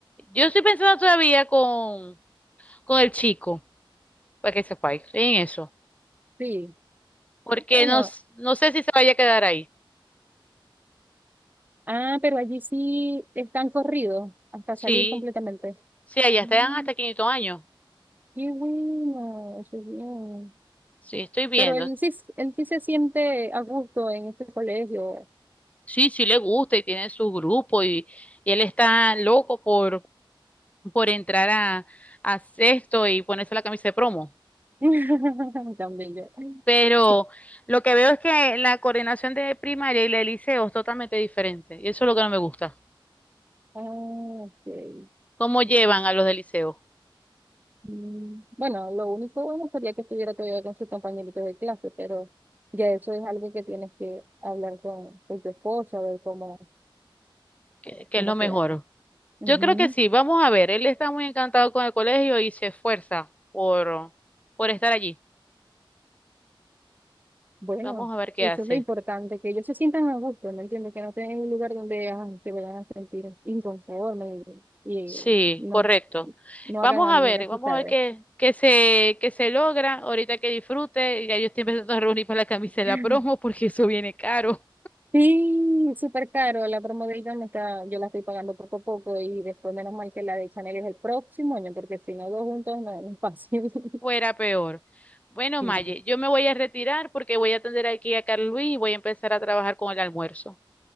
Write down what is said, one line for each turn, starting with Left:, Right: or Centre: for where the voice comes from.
Left: Yo estoy pensando todavía con, con el chico, para que sepa en eso,
Right: Sí,
Left: porque
Right: bueno,
Left: no, s- no sé si se vaya a quedar ahí.
Right: ah, pero allí sí están corridos hasta
Left: Sí,
Right: salir completamente.
Left: sí, allá
Right: Mm,
Left: están hasta 500 años.
Right: qué bueno, qué bien.
Left: Sí, estoy viendo.
Right: Pero él sí, él sí se siente a gusto en este colegio.
Left: Sí, sí le gusta y tiene su grupo y, y él está loco por, por entrar a, a sexto y ponerse la camisa de promo.
Right: <laughs> Tan bello.
Left: Pero
Right: Sí.
Left: lo que veo es que la coordinación de primaria y la de liceo es totalmente diferente y eso es lo que no me gusta.
Right: Ah, ok.
Left: cómo llevan a los del liceo,
Right: Mm, Bueno, lo único bueno sería que estuviera todavía con sus compañeritos de clase, pero ya eso es algo que tienes que hablar con, con tu esposo, a ver cómo,
Left: que, que
Right: cómo
Left: es lo mejor.
Right: se da. Ujú.
Left: Yo creo que sí, vamos a ver, él está muy encantado con el colegio y se esfuerza por, por estar allí.
Right: Bueno,
Left: Vamos a ver qué
Right: eso
Left: hace.
Right: es lo importante, que ellos se sientan a gusto, ¿me entiendes? Que no estén en un lugar donde ah, se vayan a sentir inconformes y,
Left: Sí,
Right: y no,
Left: correcto.
Right: no
Left: Vamos
Right: hagan amigas,
Left: a ver, vamos
Right: ¿sabes?
Left: a ver qué, qué se, qué se logra, ahorita que disfrute, ya yo estoy empezando a reunir para la camisa de la
Right: <laughs>
Left: promo porque eso viene caro,
Right: Sí, súper caro. La promo de Avon está, yo la estoy pagando poco a poco y después menos mal que la de Chanel es el próximo año, porque si no, dos juntos no es fácil.
Left: fuera
Right: <laughs>
Left: peor. Bueno,
Right: Sí.
Left: Maye, yo me voy a retirar porque voy a atender aquí a Carlos Luis y voy a empezar a trabajar con el almuerzo.